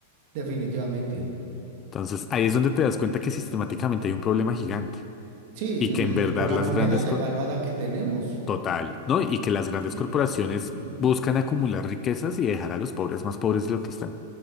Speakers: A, on the right (about 55°); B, on the left (about 30°).
A: Definitivamente.
B: Entonces, ahí es donde te das cuenta que sistemáticamente hay un problema gigante
A: Sí,
B: y
A: l-
B: que en verdad
A: por la
B: las
A: moneda
B: grandes...
A: devaluada
B: co-
A: que tenemos.
B: Total, ¿no? Y que las
A: Porque
B: grandes corporaciones
A: sí.
B: buscan acumular riquezas y dejar a los pobres más pobres de lo que están.